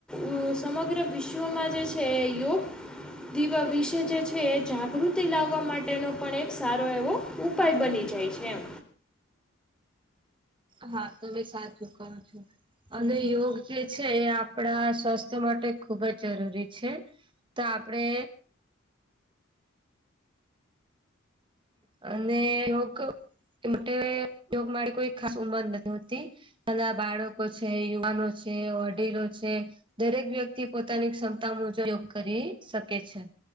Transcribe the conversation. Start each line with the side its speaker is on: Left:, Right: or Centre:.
Centre: ઉ સમગ્ર વિશ્વમાં જે છે યોગ દિવ વિશે જે છે, એ જાગૃતિ લાવવા માટેનો પણ એક સારો એવો ઉપાય બની જાય છે, એમ.
Right: હા, તમે સાચું કહો છો. અને યોગ જે છે, એ આપણા સ્વાસ્થ્ય માટે ખુબ જ જરૂરી છે. તો આપડે અને યોગ એ માટે યોગ માટે કોઈ ખાસ ઉંમર નથી હોતી. નાના બાળકો છે, યુવાનો છે, વડીલો છે. દરેક વ્યક્તિ પોતાની ક્ષમતા મુજબ યોગ કરી શકે છે.